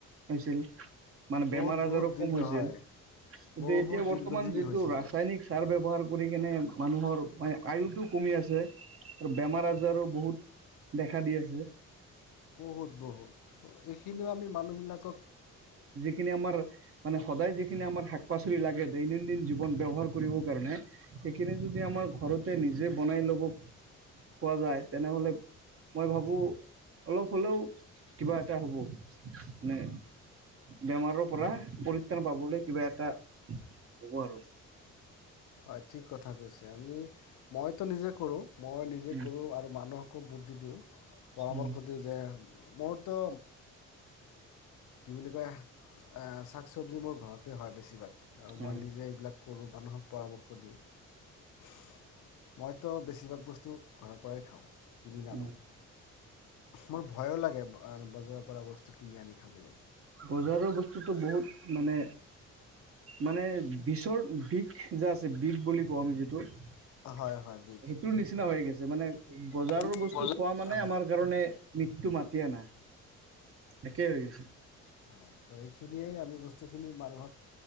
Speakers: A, on the right (about 50°); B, on the left (about 75°).
A: হৈছিল। মানে বেমাৰ
B: বহুত
A: আজাৰো
B: বহুত
A: কম
B: দীৰ্ঘ
A: হৈছিল
B: হয়
A: কিন্তু
B: বহুত
A: এতিয়া বৰ্তমান
B: দীৰ্ঘজীৱী
A: যিটো
B: হৈছিলে
A: ৰাসায়নিক সাৰ ব্যৱহাৰ কৰি কেনে মানুহৰ মানে আয়ুটোক। কমি আছে আৰু বেমাৰ আজাৰো বহুত দেখা দি আছে।
B: বহুত বহুত এইখিনিও আমি মানুহবিলাকক।
A: সেইখিনি আমাৰ মানে সদায় যিখিনি আমাৰ শাক পাচলি লাগে দৈনন্দিন জীৱন ব্যৱহাৰ কৰিবৰ কাৰণে সেইখিনি যদি আমাৰ ঘৰতে নিজে বনাই ল'ব। খোৱা যায় তেনেহলে মই ভাবো। অলপ হ'লেও কিবা এটা হ'ব মানে বেমাৰৰ পৰা পৰিত্ৰাণ পাবলৈ কিবা এটা হ'ব আৰু।
B: হয় ঠিক কথা কৈছে আমি মইতো নিজে কৰো। মই নিজে
A: উম
B: কৰোঁ আৰু মানুহক। <unintelligible> বুদ্ধি দিওঁ। পৰামৰ্শ
A: উম
B: দিওঁ যে মোৰতো কি বুলি কয় আহ শাক চবজি মোৰ ঘৰতে হয় বেছিভাগ। আৰু
A: উম
B: মই নিজে এইবিলাক কৰোঁ মানুহক। <unintelligible> মইতো বেছিভাগ বস্তু ঘৰৰ পৰাই খাওঁ। কিনি নানো
A: উম
B: মোৰ ভয়ো লাগে। বজাৰৰ পৰা বস্তু কিনি আনি খাবলে।
A: বজাৰৰ বস্তুটো বহুত মানে, মানে বিচৰ বিষ যে, আছে বিষ বুলি কওঁ আমি যিটো সেইটোৰ
B: হয় হয় বিষ
A: নিচিনা হৈ গৈছে মানে বজাৰৰ
B: বি
A: বস্তু
B: বিষ
A: খোৱা মানে
B: হয়
A: আমাৰ কাৰণে মৃত্যু মাতি আনা। একেই হৈ গৈছে।
B: <unintelligible> সেয়ে আমি বস্তু খিনি মানুহক